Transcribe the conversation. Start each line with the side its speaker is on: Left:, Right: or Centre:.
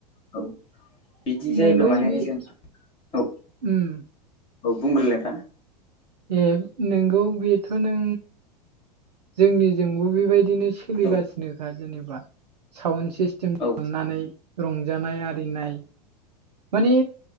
Left: औ बिदि जायोब्ला
Right: नोंगौ
Left: माने
Right: बे-
Left: जों औ
Right: उम-
Left: औ- बुंग्रोलाय नोंथां
Right: ए नोंगौ बेथ' नों जोंनिजोंबो बेबायदि बिदिनो सोलिगासिनोखा
Left: औ
Right: जेनेबा साउ सिस <unintelligible> <unintelligible> म थांनानै
Left: औ
Right: रंजानाय आरिनाय माने